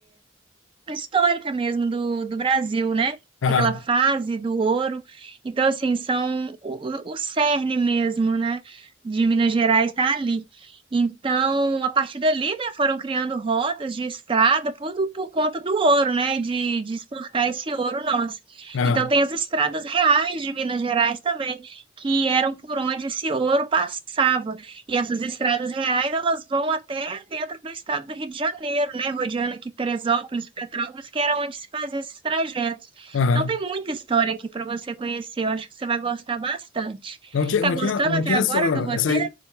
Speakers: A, on the right; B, on the left.
A: histórica mesmo do, do Brasil, né?
B: Aham,
A: Daquela fase do ouro. Então, assim, são o, o o cerne mesmo, né? De Minas Gerais está ali. Então, a partir dali, né, foram criando rotas de estrada por, por conta do ouro, né, de, de exportar esse ouro nosso.
B: aham,
A: Então, tem as estradas reais de Minas Gerais também, que eram por onde esse ouro passava. E essas estradas reais, elas vão até dentro do estado do Rio de Janeiro, né? Rodeando aqui Teresópolis, Petrópolis, que era onde se fazia esses trajetos.
B: aham.
A: Então tem muita história aqui para você conhecer. Eu acho que você vai gostar bastante.
B: Não tinha,
A: Tá
B: não
A: gostando
B: tinha, não
A: até
B: tinha
A: agora
B: essa,
A: do roteiro?
B: essa.